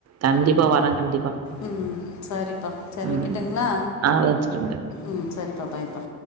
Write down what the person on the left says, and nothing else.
ம் சரிப்பா சரி
வெக்கட்டுங்ளா
ம் சரி பா பாய்ப்பா